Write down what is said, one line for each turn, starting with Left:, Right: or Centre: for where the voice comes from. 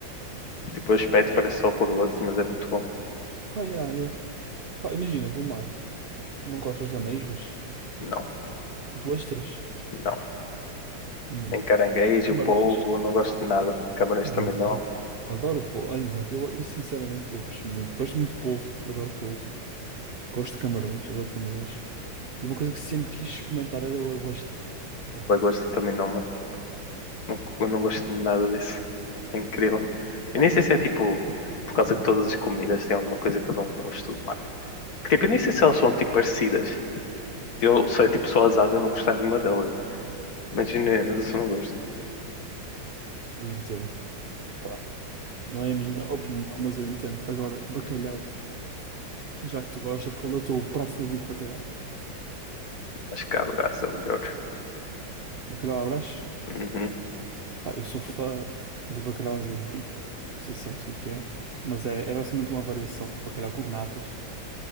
Left: Tipo, o aspecto
Right: Outra
Left: parece
Right: coisa.
Left: horroroso, mas é muito bom.
Right: Pá, yeah, yeah. Pá, imagina, do mar. Não gostas de ameijoas?
Left: Não,
Right: De ostras?
Left: não.
Right: Hum.
Left: Nem caranguejo,
Right: Camarões?
Left: polvo, não gosto de nada. Camarões
Right: E
Left: também
Right: eu adoro,
Left: não.
Right: adoro polvo. Olha, eu, eu sinceramente eu gosto muito. Gosto muito de polvo, adoro polvo. Gosto de camarões, adoro camarões. E uma coisa que sempre quis experimentar era lagosta, sabes?
Left: Lagosta também não, mano. Não, eu não gosto de nada disso. É incrível. Eu
Right: Ah,
Left: nem sei
Right: lagosta,
Left: se é tipo por causa
Right: bem,
Left: que todas as comidas têm alguma coisa que eu não gosto mais. Que, tipo, eu nem sei se elas são tipo parecidas. Eu sei tipo só azada, eu não gostar de nenhuma delas. Mas ainda só não gosto.
Right: eu entendo. Pá, não é a minha opinião, mas eu entendo. Agora, bacalhau, já que tu gostas, qual é o teu prato favorito de bacalhau?
Left: Acho que a brasa é melhor.
Right: Bacalhau à Brás?
Left: Uhum.
Right: Pá, eu sou fã de bacalhau à Zé do Pipo. Não sei se sabes o que é que é, mas é, é basicamente uma variação do bacalhau com natas,